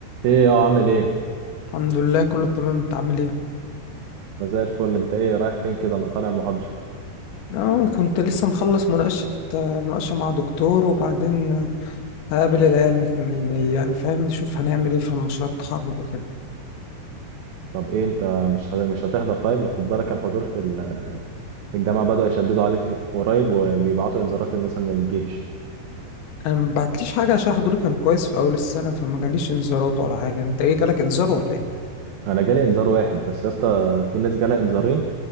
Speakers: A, on the right (about 65°); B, on the left (about 80°).
A: ايه يا عامل ايه
B: الحمد لله كله تمام انت عامل ايه
A: انا زي الفل انت ايه رايح فين كده انا طالع المحاضره
B: اه كنت لسه مخلص مناقشة آه، مناقشة مع دكتور وبعدين آه، هقابل العيال نك- ن- ن- يعني فاهم نشوف هنعمل ايه في مشروع التخرج وكده
A: طب ايه انت مش هت- مش هتحضر طيب خد بالك الحضور في ال- في الجامعه بداوا يشددوا عليه في- قريب وبيبعتوا انذارات للناس اللي ما بتجيش
B: انا ما بعتليش حاجة عشان حضوري كان كويس في اول السنة فما جاليش انذارات ولا حاجة انت ايه جالك انذار ولا ايه
A: انا جالي انذار واحد بس يا اسطى في ناس جالها انذارين